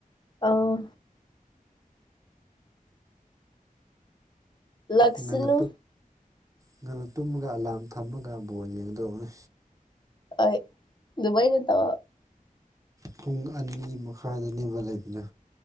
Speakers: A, on the left (about 30°); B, on the right (about 20°).
A: ꯑꯥ ꯂꯛꯁꯅꯨ
B: ꯉꯟꯅ ꯉꯟꯅ ꯇꯨꯝꯃꯒ ꯑꯂꯥꯝ ꯊꯝꯃꯒ ꯕꯣꯜ ꯌꯦꯡꯗꯧꯅꯤ
A: ꯍꯣꯏ ꯗꯨꯕꯩ ꯅꯠꯇ
B: ꯄꯨꯡ ꯑꯅꯤ ꯃꯈꯥꯏꯗꯅꯦꯦꯝꯕ ꯂꯩꯕꯅ